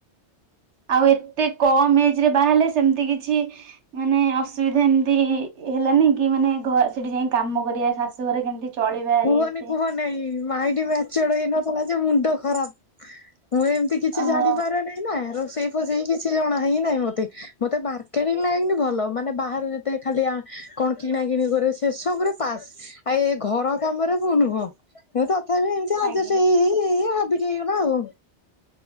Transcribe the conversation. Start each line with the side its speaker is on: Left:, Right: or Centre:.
Right: ଆଉ ଏତେ କମ ଏଜ୍ ରେ ବାହାରିଲେ ସେମିତି କିଛି ମାନେ ଅସୁବିଧା ଏମିତି ହେଲାନି କି ମାନେ ଘ ସେଠି ଯାଇ କାମ କରିବା ଶାଶୁ ଘରେ କେମିତି ଚଳିବା
Left: କୁହନି
Right: ଇଏ ସିଏ
Left: କୁହନାଇ ମାଇଡି ମେଚଡ୍ ହେଇନଥିଲା ଯେ। ମୁଣ୍ଡ ଖରାପ ମୁଁ ଏମତି କିଛି
Right: ଓହୋ
Left: ଜାଣିପାରେ ନାଇନା ରୋ ସେଇ ଫ-ସେଇ କିଛି ଜଣା ହିଁ ନାହିଁ ମୋତେ। ମୋତେ ମାର୍କେଟ୍ ଲାଇନ୍ ଭଲ। ମାନେ ବାହାରୁ ଯେତେ ଖାଲି ଆ କଣ କିଣା କିିଣି କରେ ସେ ସବୁରେ ପାସ୍। ଆ, ଏ ଘର କାମରେ ମୁଁ ନୁହଁ। ଏ ତ ତଥାପି ଏମତି ଆର୍ଜେଷ୍ଟ
Right: ଆଜ୍ଞା
Left: ହେଇ ହେଇ ଏ ହାବିଟ୍ ହେଇଗଲା ଆଉ।